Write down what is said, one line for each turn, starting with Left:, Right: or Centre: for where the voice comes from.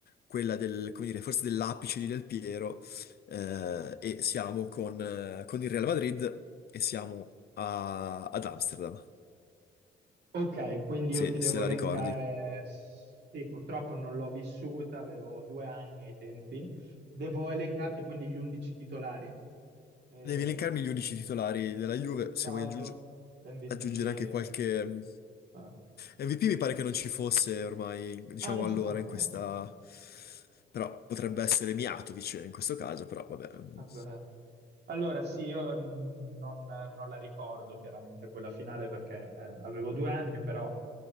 Left: quella del, come dire, forse dell'apice di Del Piero eh, e siamo con, eh, con il Real Madrid e siamo a- ad Amsterdam,
Right: Ok, quindi io
Left: se,
Right: ti devo
Left: se la
Right: elencare,
Left: ricordi.
Right: sì, purtroppo non l'ho vissuta, avevo due anni ai tempi. Devo elencarti quindi gli 11 titolari, E-
Left: Devi elencarmi gli unici titolari della Juve,
Right: il risultato,
Left: se vuoi aggiunge-
Right: l'MVP.
Left: aggiungere anche qualche...
Right: Ah.
Left: MVP mi pare che non ci fosse ormai, diciamo
Right: Ah, non
Left: allora,
Right: ci fa,
Left: in
Right: ok.
Left: questa... Però potrebbe essere Miatovic in questo caso, però vabbè. mm.
Right: Vabbè. Allora, sì, io mh, non, non la ricordo chiaramente quella finale perché eh, avevo due anni, però